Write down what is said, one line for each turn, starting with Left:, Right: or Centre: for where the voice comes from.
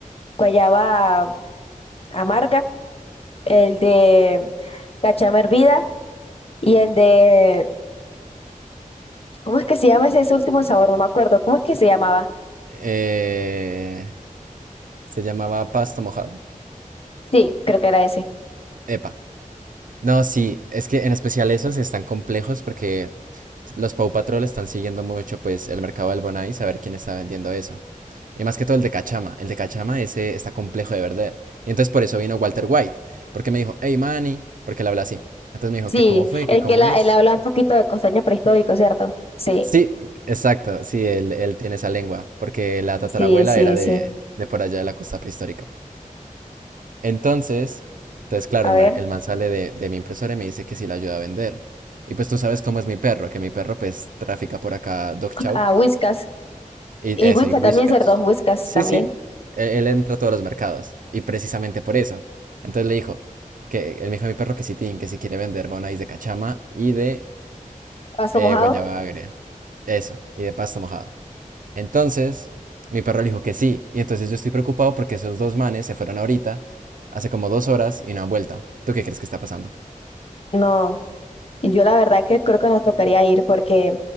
Left: guayaba amarga el de la chama hervida y el de, ¿cómo es que se llama ese, ese último sabor? No me acuerdo, ¿cómo es que se llamaba?
Right: Eh, se llamaba pasta mojada.
Left: Sí, creo que era ese.
Right: Epa. No, sí, es que en especial esos están complejos porque los Paw Patrol están siguiendo mucho pues el mercado del Bonai saber quién está vendiendo eso. Y más que todo el de Cachama. El de Cachama ese está complejo de vender. Y entonces por eso vino Walter White. Porque me dijo, hey Manny, porque le habla así. Entonces me dijo
Left: Sí,
Right: que cómo fue,
Left: el
Right: que cómo
Left: que la-
Right: es.
Left: él habla un poquito de costeño prehistórico, ¿cierto? Sí,
Right: Sí, exacto, sí, él, él tiene esa lengua. Porque la tatarabuela
Left: sí, sí,
Right: era de,
Left: sí.
Right: de por allá de la costa prehistórica. Entonces, entonces claro,
Left: A
Right: el,
Left: ver,
Right: ma- el man sale de, de mi impresora y me dice que si la ayuda a vender. Y pues tú sabes cómo es mi perro, que mi perro pues trafica por acá Dog Chow
Left: a Whiskas.
Right: y
Left: Y
Right: eso,
Left: Whiskas
Right: y Wishcash.
Left: también, ¿cierto? Whiskas
Right: Sí,
Left: también.
Right: sí, e- él, entra a todos los mercados y precisamente por eso. Entonces le dijo que él me dijo a mi perro que si tin, que si quiere vender bonais de cachama y de
Left: ¿Pasto
Right: eh,
Left: mojado?
Right: guayaba agria. Eso, y de pasto mojado. Entonces, mi perro le dijo que sí. Y entonces yo estoy preocupado porque esos dos manes se fueron ahorita, hace como dos horas, y no han vuelto. ¿Tú qué crees que está pasando?
Left: No. Yo la verdad que creo que nos tocaría ir porque,